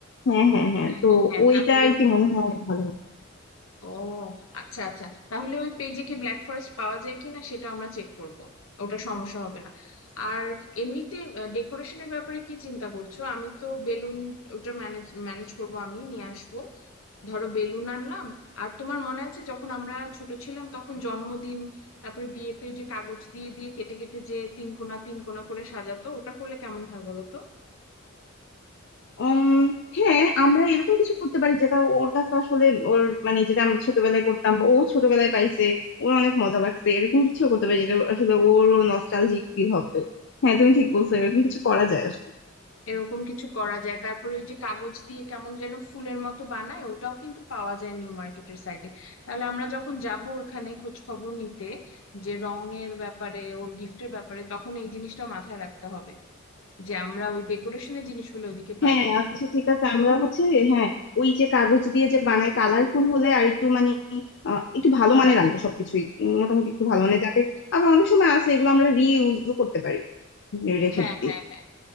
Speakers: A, on the left; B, on the left.
A: হ্যাঁ হ্যাঁ হ্যাঁ
B: হ্যাঁ
A: তো
B: হ্যাঁ হ্যাঁ
A: ওইটা
B: তাহলে
A: আর কি মনে হয় ভালো হবে
B: ও আচ্ছা আচ্ছা তাহলে ওই পেজে কি ব্ল্যাক ফরেস্ট পাওয়া যায় কিনা সেটা আমরা চেক করব ওটা সমস্যা হবে না আর এমনিতে ডেকোরেশনের ব্যাপারে কি চিন্তা করছো আমি তো বেলুন ওটা ম্যানেজ ম্যানেজ করব আমি নিয়ে আসবো ধরো বেলুন আনলাম আর তোমার মনে আছে যখন আমরা ছোট ছিলাম তখন জন্মদিন তারপরে বিয়েতে যে কাগজ দিয়ে দিয়ে কেটে কেটে যে তিন কোণা তিন কোণা করে সাজাতো ওটা করলে কেমন হয় বলো তো
A: উম হ্যাঁ আমরা এরকম কিছু করতে পারি যেটা ওর কাছে আসলে ওর মানে যেটা আমরা ছোটবেলায় করতাম বা ও ছোটবেলায় পাইছে ওর অনেক মজা লাগছে এরকম কিছু করতে পারি যেটা আসলে ওরও নস্টালজিক ফিল হবে হ্যাঁ তুমি ঠিক বলছো এরকম কিছু করা যায় আসলে
B: এরকম কিছু করা যায় তারপরে ওই যে কাগজ দিয়ে কেমন যেন ফুলের মতো বানায় ওটাও কিন্তু পাওয়া যায় নিউ মার্কেটের সাইডে তাহলে আমরা যখন যাব ওখানে খোঁজ খবর নিতে যে রঙের ব্যাপারে ওর গিফটের ব্যাপারে তখন এই জিনিসটা মাথায় রাখতে হবে যে আমরা ওই ডেকোরেশনের জিনিসগুলো ওইদিকে পাই
A: হ্যাঁ
B: কিনা
A: আচ্ছা ঠিক আছে আমরা হচ্ছে হ্যাঁ ওই যে কাগজ দিয়ে যে বানায় কালারফুল হলে আর একটু মানে আহ, একটু ভালো
B: ভালো
A: মানের
B: লাগে
A: আনবো সবকিছুই উম, মোটামুটি একটু ভালো মানের যাবে আবার অনেক সময় আছে এগুলো আমরা রিইউজও করতে পারি রেখে
B: হ্যাঁ
A: দিয়ে
B: হ্যাঁ হ্যাঁ